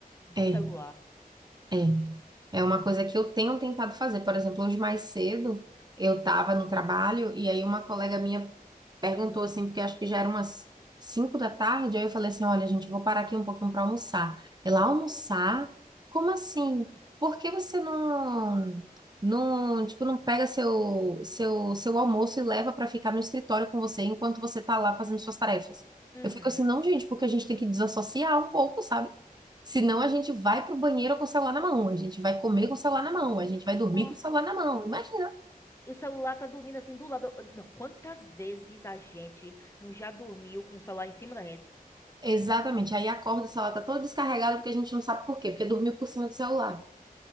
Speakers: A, on the left; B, on the right.
A: do
B: É,
A: celular.
B: é. É uma coisa que eu tenho tentado fazer. Por exemplo, hoje mais cedo eu estava no trabalho e aí uma colega minha perguntou assim, porque acho que já era umas cinco da tarde, aí eu falei assim, olha, gente, vou parar aqui um pouquinho para almoçar. Ela, almoçar? Como assim? Por que você não, não, tipo, não pega seu, seu, seu almoço e leva para ficar no escritório com você enquanto você tá lá fazendo suas tarefas?
A: Uhum.
B: Eu fico assim, não, gente, porque a gente tem que desassociar um pouco, sabe? Senão a gente vai pro banheiro com o celular na mão, a gente vai comer com o celular na mão, a gente vai dormir
A: Nossa.
B: com o celular na mão. Imagina
A: O celular tá dormindo assim do lado. Não, quantas vezes a gente não já dormiu com o celular em cima da gente?
B: Exatamente. Aí acorda, o celular tá todo descarregado porque a gente não sabe por quê, porque dormiu por cima do celular.